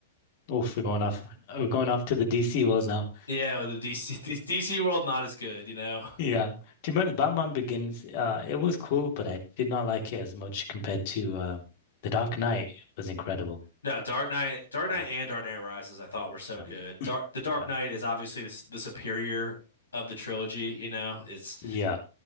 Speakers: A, on the left; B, on the left.
A: Oof, we're going off. We're going off to the DC world now.
B: Yeah, the DC DC <laughs> world not as good, you know. <laughs>
A: Yeah. To be honest, Batman Begins, uh, it was cool, but I did not like it as much compared to uh, The Dark Knight was incredible.
B: No, Dark Knight, Dark Knight
A: Mm.
B: and Dark Knight Rises I thought were so
A: Yeah.
B: good.
A: <clears throat>
B: Dark the Dark
A: Yeah.
B: Knight is obviously the, s- the superior of the trilogy, you know. It's
A: Yeah.